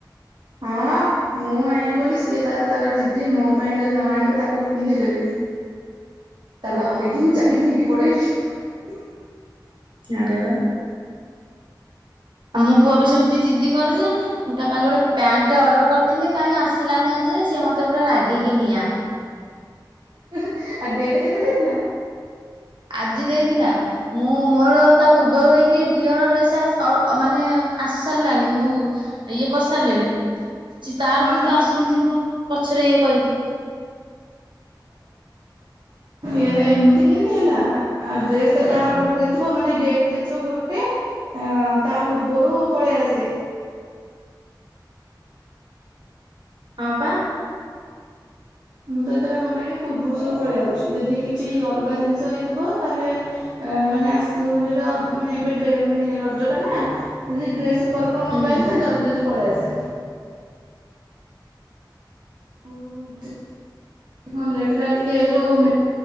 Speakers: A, on the right; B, on the right.
A: ହଁ ମୁଁ ଆଇଁଲି ବୋଲି ସିଏ ତାର ତାର ଜିଦି ମୋ ପାଇଁ ଯଦି ନ ଆଣିବ ତାକୁ ବି ପିନ୍ଧେଇଦେବିନି। ତାଲା
B: ଓହୋ
A: ପକେଇକି ମୁଁ ଚାବି ନେଇକି ପ ପଳେଇବି।
B: ଆରେ ବା। ଆମ ପୁଅ ବି ସେମିତି ଜିଦି କରେ ଯେ ମୁଁ ତା ପାଇଁ ଗୋଟେ ପ୍ୟାଣ୍ଟ ଅର୍ଡର କରିଥିଲି କାଇଁ ଆସିଲାନି ଆଜି ଯାଏ ସିଏ ମତେ ପୁରା ରାଗିକି ନିଆଁ।
A: ଆଉ ଡେଟ କେତେ ଦେଇଥିଲା?
B: ଆଜି ଦେଇଥିଲା ମୁଁ ମୋର ତା ପୂର୍ବରୁ ହେଇକି ଦି ହଳ ଡ୍ରେସ ଆସି ଅ ମାନେ ଆସି ସାରିଲାଣି ମୁଁ ଇଏ କରିସାରିଲିଣି ଚି ତାର
A: ହଁ
B: କିନ୍ତୁ ଆସୁନି ସେ ମୋ ପଛରେ ଇଏ କରିକି
A: ଇଟା ଏମିତି କେମତି ହେଲା ଡେଟ ତ ଯାହା ଅଡର ଦେଇଥିବ ମାନେ ଡେଟ ଦେଇଥିବ ଗୋଟେ ତା ପୂର୍ବରୁ ପଳେଇ ଆସେ
B: ହଁ ପା।
A: ମୁଁ ତ ଏତେଟା ମଗେଇଲିଣି ପୂର୍ବରୁ ସବୁ ପଳେଇ ଯାଉଛି ଯଦି କିଛି ଅଲଗା ଜିନିଷ ହେଇଥିବ ତାହେଲେ ମାନେ ଆସିବ ମାନେଟ ମାନେ ଏବେ ମାନେ ରଜ ଟା ନା ଯଦି ଡ୍ରେସ୍ ଉପର କଣ ମଗାଇଚି
B: ହୁଁ
A: ତ ଜଲଦି ଜଲଦି ପଲେଇଆସେ। ହଉନ୍ତୁ। ଲେଟ୍ ହେଲା ଟିକେ ଯଉ